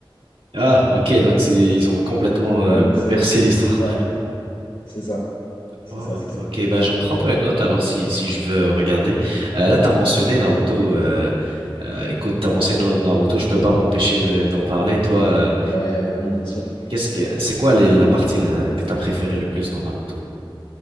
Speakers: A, on the right (about 80°); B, on the left (about 80°).
A: Ah, ok, donc c'est ils ont complètement
B: Tu
A: euh,
B: vois, donc
A: bouleversé
B: c'est.
A: l'histoire.
B: Ouais, c'est ça. C'est
A: Oh,
B: ça, c'est ça.
A: ok, bah j'en prendrai note alors si si je veux regarder. Euh, là, t'as mentionné
B: Ouais.
A: Naruto. Euh, euh, écoute, t'as mentionné Naruto, je peux pas m'empêcher de- d'en parler. Toi, euh,
B: Ouais, bah oui, bien sûr.
A: qu'est-ce que c'est quoi les, la partie là, que t'as préférée le plus dans Naruto?